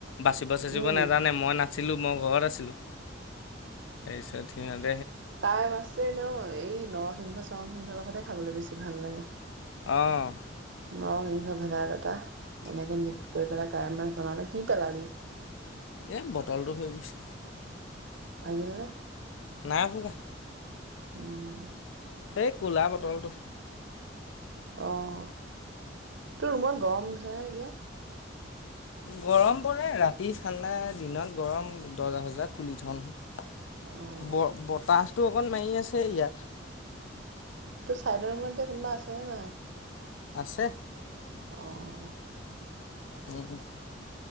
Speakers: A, on the left; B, on the right.
A: বাচিব চাচিব
B: উম,
A: নাজানে মই নাছিলোঁ মই ঘৰত আছিলোঁ তাৰপিছত সিহঁত
B: কাইৰ মাছটোৱে ন এই নৰসিংহ চৰসিংহৰ লগতে খাবলৈ বেছি ভাল লাগে
A: অ',
B: নৰসিংহ, ভেদাইলতা এনেকে মিক্স কৰি পেলাই কাৱৈ মাছ বনালে কি পেলালি
A: এই বটলটো হৈ গৈছে
B: ভাগিল ন
A: নাই ভগা
B: উম
A: এই কোঁলা বটলটো
B: অ', তোৰ ৰুমত গৰম <unintelligible> এতিয়া?
A: গৰম পৰে, ৰাতি ঠাণ্ডা, দিনত গৰম। দৰ্জা চৰ্জা খুলি থওঁ নহয়।
B: অ',
A: ব-বতাহটো অকন মাৰি আছে ইয়াত।
B: তোৰ চাইডৰ ৰুমত এতিয়া কোনোবা আছে নে নাই?
A: আছে।
B: অ'।
A: উম,